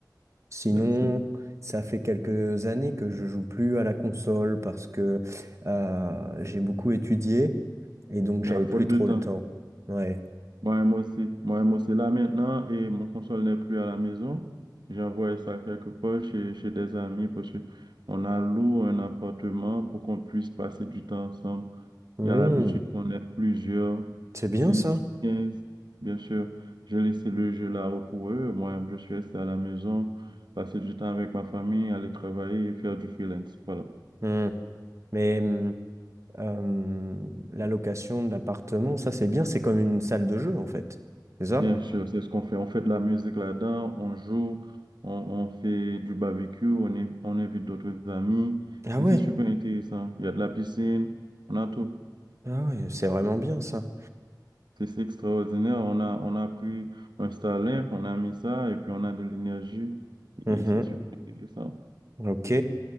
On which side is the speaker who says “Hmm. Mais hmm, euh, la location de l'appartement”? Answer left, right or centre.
Right